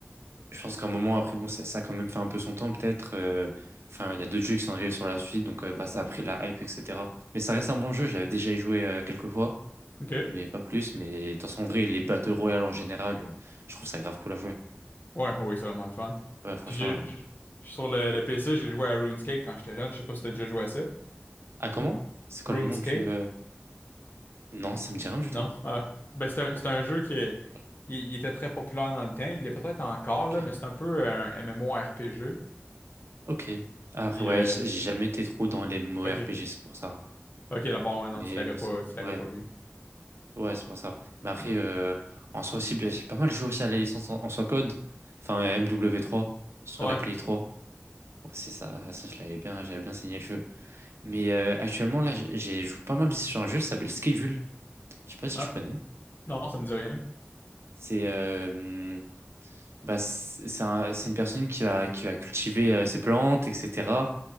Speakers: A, on the right; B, on the left.
A: je pense qu'à un moment, après, bon, ça, ça a quand même fait un peu son temps, peut-être. euh, Enfin, il y a d'autres jeux qui sont arrivés sur la suite, donc euh, bah, ça a pris la hype, etc. Mais ça reste un bon jeu, j'avais déjà y joué euh, quelques fois,
B: OK.
A: mais pas plus. Mais de toute façon, en vrai, les Battle Royale en général, euh, je trouve ça grave cool à jouer.
B: Ouais, oui, c'est vraiment le fun.
A: Ouais, franchement.
B: Puis je
A: euh.
B: j'ai- sur le, le PC, j'ai joué à RuneScape quand j'étais jeune, je sais pas si t'as déjà joué à ça.
A: Ah, comment? C'est quoi
B: RuneScape?
A: le nom du. euh, Non, ça me dit rien du
B: Non.
A: tout.
B: Ah. Ben c'est un
A: Non,
B: c'est un jeu qui est-
A: c'est pas là.
B: il, il était très populaire dans le temps, il l'est peut-être encore
A: Ok.
B: là, mais c'est un peu un MMORPG.
A: Ok. Après,
B: Puis
A: ouais,
B: euh,
A: j- j'ai jamais été trop dans les mots
B: OK.
A: RPG, c'est pour ça.
B: Ok, d'abord, ouais, non,
A: Mais
B: tu l'aurais
A: bah,
B: pas,
A: ça-
B: tu
A: ouais,
B: l'aurais pas vu.
A: ouais, c'est pour ça. Mais après, euh, en soi aussi, bah, j'ai pas mal joué aussi à la licence en, en soi code. Enfin, euh, MW3 sur
B: Ouais.
A: la Play 3. C'est ça, ça je l'avais bien, j'avais bien saigné le jeu. Mais euh, actuellement, là, j'ai j'ai joué pas mal aussi sur un jeu qui s'appelle Schedule. Je sais pas si
B: Ah,
A: tu connais.
B: non, ça me dit rien.
A: C'est euh, Bah, c'est c'est un- c'est une personne qui va, qui va cultiver euh, ses plantes, etc.